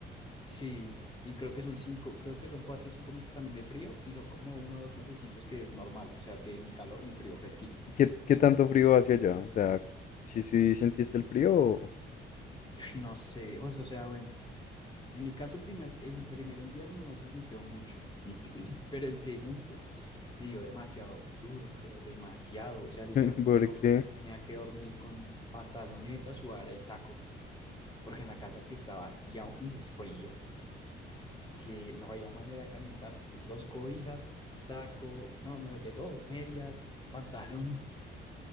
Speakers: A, on the left (about 25°); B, on the left (about 40°).
A: Sí, y creo que son cinco, creo que son cuatro o cinco meses también de frío y son como uno o dos mesecitos que es normal, o sea que ni calor ni frío, fresquito.
B: ¿Qué, qué tanto frío hacia allá? O sea, ¿sí, sí sentiste el frío? o-
A: Ush, No sé, o sea, o sea, bueno, en mi caso el primer, el primer invierno no se sintió mucho, pero el segundo me dio demasiado duro, pero demasiado, o sea, literalmente
B: <laughs> ¿Por
A: yo
B: qué?
A: tenía que dormir con pantaloneta, sudadera y saco, porque en la casa que estaba hacía un frío, que no había manera de calentarse. Dos cobijas, saco, no, mejor de todo, medias, <laughs> pantalón.